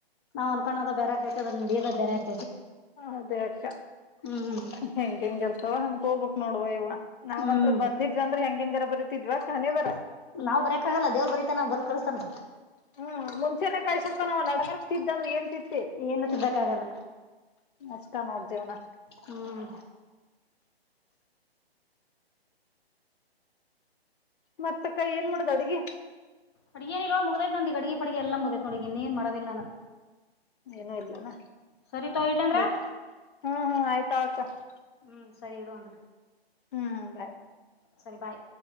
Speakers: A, on the left; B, on the left.
A: ನಾವು ಅನ್ಕೋದ ಬರೆ ಆತದ್ರ ನಡೋದ ಬೇ ಆಗ್
B: ಅದೇ ಅಕ್ಕ
A: ಹ್ಮ್
B: ಹೆಂಗ ಹೆಂಗಗೆಲ್ಸ ಹ ಹಂಗ್ ಹೋಗ್ಬೇಕಕ್ ನೋಡುವ ಇವ ನಾವ್ಂತ್ರರು
A: ಹ್ಮ್
B: ಬರ್ದಿದ್ವಿ ಅಂದ್ರೆ ಹೆಂಗ ಹೆಂಗಾರ ಬರೀತಿದ್ವಾಖಾನೇ ಬರ
A: ನಾವ್ ಬರಕಾಗಲ್ಲ ದೇವರು ಬರಿತ ನ ಬರ್ ಕಸ್ತಾರ
B: ಹ್ಮ್ ಮುಂಚೆನನೆ ಕಾಯಿ ಸ್ವಲ್ಪ ನಾವ್ ನಡಗರಕ್ ತಿದ್ದಂದ್ರೆ ಏನ್ ತ <inaudible>
A: ಏನ ತಿದ್ದಕ್ಕ ಆಗಲ್ಲ
B: ಅಷ್ಟ ನೋಡ್ ಜೀವನ
A: ಹ್ಮ್
B: ಮತ್ತಕ್ಕೈ ಏನ್ ಮಾಡದ ಅಡಿಗೆ
A: ಅಡುಗೇನ ಇಲ್ ಮುಗ್ದೈ್ ನಂದಿ ಅಡಿಗೆ ಪಡಿಗೆ ಎಲ್ಲ ಮುಗೈ ನೋಡಿ ಇ ನೀೇಏನು ಮಾಡದಿಲ್ಲ ನಾನು
B: ಏನುೂ ಇಲ್ಲನಾ
A: ಸರಿ ತೋ ಇಡ್ಲಿ ಅಂದ್ರ
B: ಬಟ್ ಹ್ಮ್ ಹ್ಮ್ ಆಯ್ತಾ ಆಕ್ಕ <unintelligible>
A: ಹ್ಮ್ ಸರಿ ಇಡು ಅಂದ
B: ಹ್ಮ್ ಹ್ಮ ಬಾಯ್
A: ಸರಿ ಬಾಯ್